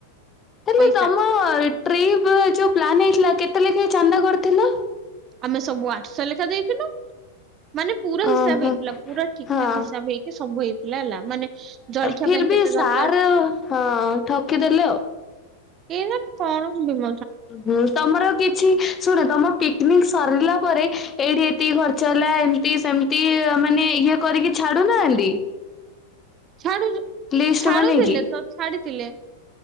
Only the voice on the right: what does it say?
ପଇସା
ଆମେ ସବୁ ଆଠଶହ ଲେଖା ଦେଇଥିଲୁ। ମାନେ ପୁରା ହିସାବ
ହେଇଥିଲା ପୁରା ଠିକ
ଠାକ୍ ହିସାବ ହେଇକି ସବୁ ହେଇଥିଲା। ହେଲା ମାନେ ଜଳଖିଆ
ପାଇଁ
କେତେ
ଦରକାର
ଏଇ ଜଣ କଣ ବିମ୍
ଛାଡୁ
ଛାଡୁଥିଲେ
ତ ଛାଡିଥିଲେ।